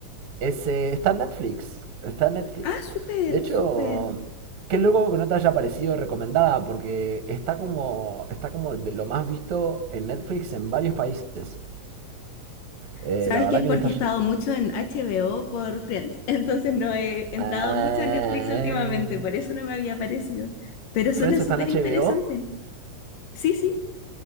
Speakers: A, on the right (about 65°); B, on the left (about 85°).
A: ese, está en Netflix. Está en Netflix.
B: Ah, súper,
A: De hecho,
B: súper.
A: qué loco que no te haya parecido recomendada, porque está como, está como de lo más visto en Netflix en varios países. Eh,
B: Sabes
A: la verdad
B: que es
A: que
B: porque
A: le está...
B: he
A: yendo-
B: estado mucho en HBO por Friends, <laughs> entonces no he entrado
A: Ah.
B: mucho a Netflix últimamente, por eso no me había aparecido. Pero suena
A: Friends
B: súper
A: está en HBO.
B: interesante. Sí, sí,